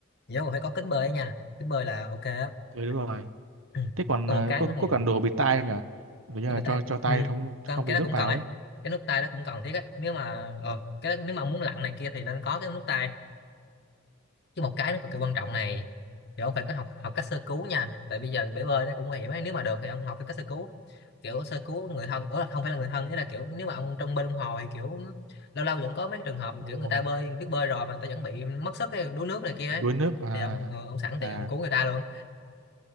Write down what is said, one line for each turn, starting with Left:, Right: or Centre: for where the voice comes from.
Left: nhớ còn phải có kính bơi ấy nha kính bơi là ok á
Right: tôi đúng rồi.
Left: <clears throat>
Right: Thế còn
Left: còn
Right: ờ,
Left: một cái
Right: có
Left: nữa này
Right: có cần đồ bịt tai không nhỉ? Kiểu như
Left: tại
Right: là
Left: vì ta
Right: cho cho tay
Left: ừ.
Right: không
Left: còn
Right: không bị
Left: cái đó
Right: nước
Left: cũng
Right: vào
Left: cần ấy
Right: ấy.
Left: cái nước tay đó cũng cần thiết ấy nếu mà ờ cái đó, nếu mà ông muốn lặn này kia thì nên có cái nước tay chứ một cái nó cực kỳ quan trọng này thì ông phải có học học cách sơ cứu nha tại bây giờ bể bơi nó cũng nguy hiểm ấy nếu mà được thì ông học cái cách sơ cứu kiểu sơ cứu người thân ủa không phải là người thân ý là kiểu nếu mà ông trong bên ông hồ thì kiểu lâu lâu vẫn có mấy trường hợp
Right: Ồ.
Left: kiểu người ta bơi biết bơi rồi mà người ta vẫn bị mất sức cái đuối nước này kia
Right: Bị
Left: ấy
Right: đuối nước à
Left: thì ông ờ, ông sẵn
Right: à
Left: tiện ông cứu người ta luôn